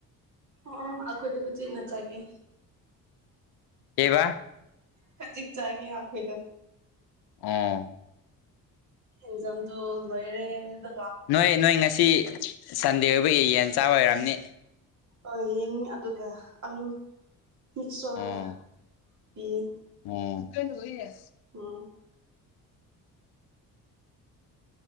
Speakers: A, on the right; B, on the left.
A: ꯑꯣ ꯑꯈꯣꯏꯗꯤ ꯍꯨꯖꯤꯛ ꯉꯆꯒꯦ
B: ꯀꯩꯕꯥ
A: ꯈꯖꯤꯛ ꯆꯥꯒꯦ ꯑꯈꯣꯏꯗꯣ
B: ꯑꯣ
A: ꯑꯦꯛꯖꯥꯝꯗꯣ ꯂꯣꯏꯔꯦꯕ
B: ꯅꯣꯏ ꯅꯣꯏ ꯉꯁꯤ ꯁꯟꯗꯦ ꯑꯣꯏꯕꯒꯤ ꯌꯦꯟ ꯆꯥꯕ ꯑꯣꯏꯔꯝꯅꯤ
A: ꯑꯣ ꯌꯦꯡ ꯑꯗꯨꯒ ꯑꯂꯨ ꯃꯤꯛꯁ ꯇꯧꯔꯒ
B: ꯑꯣ
A: ꯄꯤꯌꯦ
B: ꯑꯣ <unintelligible>
A: <unintelligible>